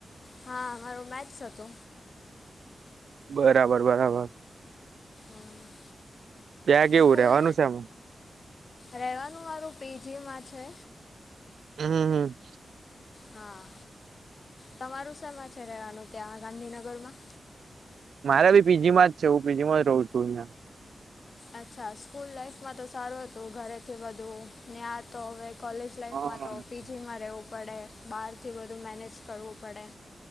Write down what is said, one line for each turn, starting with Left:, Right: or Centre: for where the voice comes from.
Left: હા મારો મેથસ હતો.
Right: બરાબર બરાબર
Left: અમ,
Right: ત્યાં કેવું
Left: સ્કૂલ
Right: રેવાનું છે એમાં
Left: રહેવાનું મારું પિજીમાં છે.
Right: હમ હમ
Left: હા તમારું શેમાં છે ત્યાં રહેવાનું ગાંધીનગરમાં
Right: મારે બી પીજીમાં જ છે હું પીજી માં જ રહું છું અહીંયા
Left: અચ્છા સ્કૂલ લાાઈફમાં તો સારું હતું ઘરેથી બધું ન્યા તો હવે કોલેજ લાઈફમાં
Right: હા.
Left: તો પીજીમાં રહેવું પડે બહારથી વધધું મેનેજ કરવું પડે